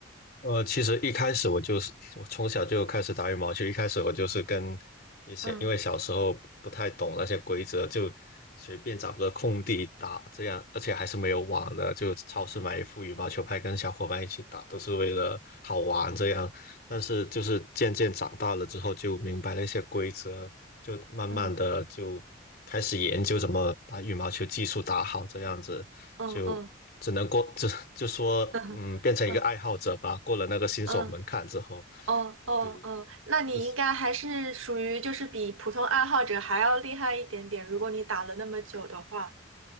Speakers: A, on the left; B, on the right.
A: 呃，其实一开始我就是我从小就开始打羽毛球，一开始我就是跟一些，
B: 嗯
A: 因为小时候不太懂那些规则，就随便找个空地打，这样，而且还是没有网的，就超市买一副羽毛球拍，跟小伙伴一起打，都是为了好玩这样。但是就是渐渐长大了之后，就明白了一些规则，就慢慢的就开始研究怎么把羽毛球技术打好，
B: 嗯
A: 这样子就只能过，
B: 嗯嗯嗯
A: 就就说嗯，
B: 嗯嗯。
A: 变成一个爱好者吧。过了那个新手门槛之后，
B: 嗯哦哦哦，
A: 对，
B: 那你应该还是属于就是比普通爱好者还要厉害一点点，
A: 就是
B: 如果你打了那么久的话。